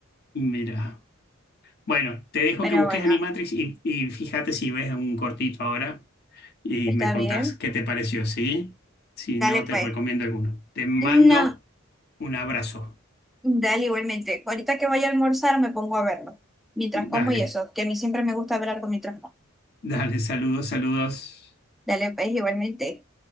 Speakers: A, on the left; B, in the centre.
A: Mira. Bueno, te dejo
B: Pero
A: que busques
B: bueno,
A: Animatrix y, y fíjate si ves un cortito ahora y
B: está
A: me contás
B: bien.
A: qué te pareció, ¿sí? Si
B: Dale
A: no, te
B: pues.
A: recomiendo alguno. Te mando
B: No.
A: un abrazo.
B: Dale, igualmente. Ahorita que vaya a almorzar me pongo a verlo. Mientras
A: Dale,
B: como y eso, que a mí siempre me gusta ver algo mientras como.
A: dale, saludos, saludos.
B: Dale, pues, igualmente.